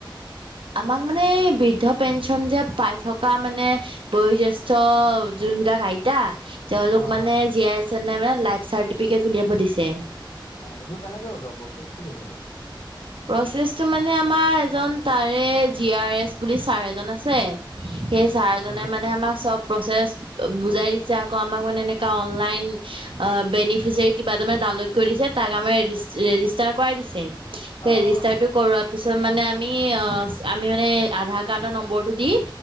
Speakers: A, on the right (about 80°); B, on the left (about 70°).
A: আমাক মানে এই বৃদ্ধ পেঞ্চন যে পাই থকা মানে- বয়োজ্যেষ্ঠ যোনবিলাক আইটা- তেওঁলোক
B: অ
A: মানে জীয়াই আছে নে নাই মানে লাইফ চাৰ্টিফিকেট উলিয়াব দিছে।
B: অঁ এইটো কেনেকে উলাব আৰু প্ৰচেছটো কেনেকুৱা?
A: প্ৰচেছটো মানে আমাৰ এজন- তাৰে জি আৰ এছ বুলি চাৰ এজন আছে সেই চাৰজনে
B: উম
A: মানে আমাক চব- প্ৰচেছ বুজাই দিছে আকৌ আমাক মানে এনেকুৱা অনলাইন- অ বেনিফিছেৰি কিবা এটা মানে ডাওউনলদ কৰি দিছে তাক আমাক ৰে ৰেজিষ্টাৰ কৰাই দিছে ৰেজিষ্টাৰটো
B: অ অ
A: কৰোৱা পিছত মানে আ মি আমি মানে আধাৰ কাৰ্ডৰ নম্বৰটো দি